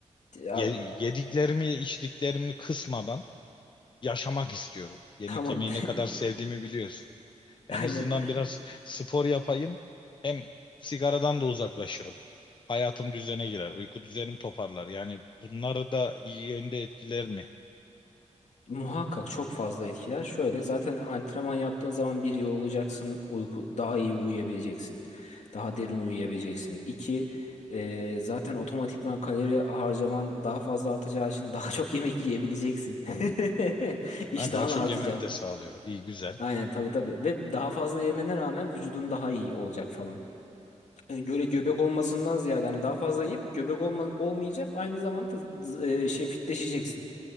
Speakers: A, on the left (about 70°); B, on the left (about 40°).
A: ya,
B: ye- yediklerimi içtiklerimi kısmadan yaşamak istiyorum. Yemek
A: tamam.
B: yemeyi ne kadar sevdiğimi biliyorsun. En
A: <laughs> Aynen.
B: azından biraz spor yapayım hem sigaradan da uzaklaşırım. hayatım düzene girer. Uyku düzenim toparlar. Yani bunları da iyi yönde etkiler mi?
A: Muhakkak çok fazla etkiler. Şöyle zaten antrenman yaptığın zaman bir yorulacaksın, uyku daha iyi uyuyabileceksin. Daha derin uyuyabileceksin. İki, e, zaten otomatikman kalori harcaman daha fazla artacağı için daha çok yemek yiyebileceksin. <laughs> İştahın
B: Yani daha çok
A: artacak.
B: yememi de sağlıyor. İyi güzel.
A: Aynen tabii tabii. Ve daha fazla yemene rağmen vücudun daha iyi olacak falan. Yani Böyle göbek olmasından ziyade hani daha fazla yiyip göbek olma, olmayacak. Aynı zamanda z- z- e, şey fitleşeceksin.